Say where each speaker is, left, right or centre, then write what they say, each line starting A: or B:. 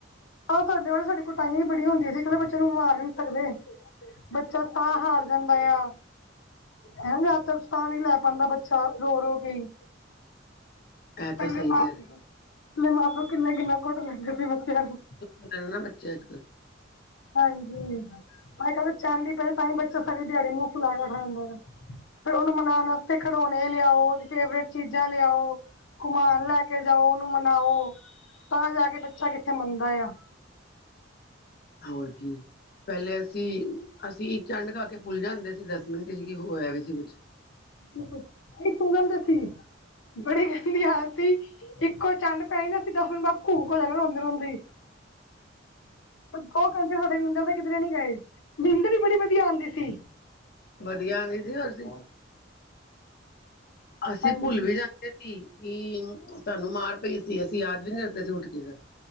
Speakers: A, on the left; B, on the left.
A: ਹਾਂ ਸਾਡੇ ਵਾਲੇ ਸਾਡੀ ਕੁਟਾਈਯਾਂ ਇ ਬੜੀ ਹੁੰਦੀਆਂ ਸੀ ਅੱਜ ਕਲੇ ਬੱਚੇ ਨੂੰ ਮਾਰ ਈ ਨੀ ਸਕਦੇ। ਬੱਚਾ ਸਾਹ ਹਾਰ ਜਾਂਦਾ ਯਾ, ਹਨਾ ਜਾ ਫੇਰ ਸਾਹ ਨੀ ਲੈ ਪਾਂਦਾ ਬੱਚਾ ਰੋ-ਰੋ-ਕੇ ਈ।
B: ਇਹ
A: ਪਲੇ
B: ਤਾਂ ਸਹੀ
A: ਮਾਂ,
B: ਕਹਿ
A: ਪਹਲੇ ਮਾਂ ਪਿਓ ਕਿੰਨਾ-ਕਿੰਨਾ ਕੁਟ ਲੈਂਦੇ ਸੀ ਬੱਚਿਆਂ ਨੂੰ।
B: ਮਿਲ ਨਾ ਬੱਚੇ ਅੱਜ- ਕੱਲ੍ਹ
A: ਹਾਂਜੀ, ਅੱਜ ਕੱਲ੍ਹ ਤੇ ਚਾਲਦੀ ਪਏ ਤਾਂ ਹੀ ਬੱਚਾ ਸਾਰੀ ਦਿਹਾੜੀ ਮੂੰਹ ਫੁਲਾ ਕੇ ਬੈਠਾ ਰੇਂਦਾ ਜੈ। ਫੇਰ ਉਹਨੂੰ ਮਨਾਉਣ ਵਸਤੇ ਖੜੌਣੇ ਲਿਆਓ ਓਦੀ ਫੇਵਰੇਟ ਚੀਜ਼ਾਂ ਲਿਆਓ ਘੁਮਾਨ ਲੈ ਕੇ ਜਾਓ ਉਹਨੂੰ ਮਨਾਓ ਤਾਂ ਜਾ ਕੇ ਬੱਚਾ ਕਿੱਥੇ ਮੰਨਦਾ ਯਾਂ।
B: ਹੋਰ ਕੀ। ਪਹਿਲੇ ਅਸੀਂ, ਅਸੀਂ ਇੱਕ ਚੰਡ ਖਾ ਕੇ ਭੁੱਲ ਜਾਂਦੇ ਸੀ ਦਸ ਮਿੰਟ ਚ ਕੀ ਹੋਇਆ ਵੀ ਸੀ ਕੁਛ।
A: ਬਿਲਕੁਲ, ਅਸੀ ਸੋ ਜਾਂਦੇ ਸੀ ਬੜੀ ਗੰਦੀ ਆਦਤ ਸੀ ਇੱਕੋ ਚੰਡ ਪੈਨੀ ਨ ਅਸੀਂ ਦਸ ਮਿੰਟ ਬਾਦ ਕੂਕ ਹੋ ਜਾਣਾ ਰੋਂਦੇ- ਰੋਂਦੇ ਈ। ਦੋ ਘੰਟੇ ਸਾਡੇ ਨੀਂਦਰ ਦੇ ਕਿਧਰੇ ਨੀ ਗਏ ਰਿੰਦਰ ਵੀ ਬੜੀ ਵਧੀਆ ਆਂਦੀ ਸੀ।
B: ਵਧੀਆ ਆਂਦੀ ਸੀ ਨਾ ਅਸੀਂ, ਅਸੀ
A: ਹਾਂਜੀ
B: ਭੁੱਲ ਵੀ ਜਾਦੇ ਪਤਾ ਕਿ ਕੀ ਸਾਨੂੰ ਮਾਰ ਪਈ ਸੀ ਅਸੀਂ ਯਾਦ ਵੀ ਨੀ ਰੱਖਦੇ ਸੀ ਉੱਠ ਕੇ ਫੇਰ।